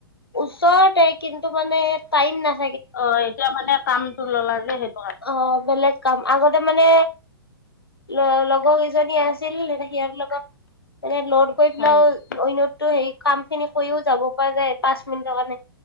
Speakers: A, on the left; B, on the left.
A: ওচৰতে কিন্তু মানে টাইম না
B: অ ', এতিয়া মানে কামতটো ললা। বোলে হেত
A: অ', বলে কাম আগতে মানে ল- লগৰ কেইজনী আছিল সিহঁতৰ লগত এনে ল কৰি পেলাইও
B: হয় নেকি
A: হেৰি অন্যটো হেৰি কাম খিনি কৰিও যাব পাৰে পাঁচ মিনিটৰ কাৰণে।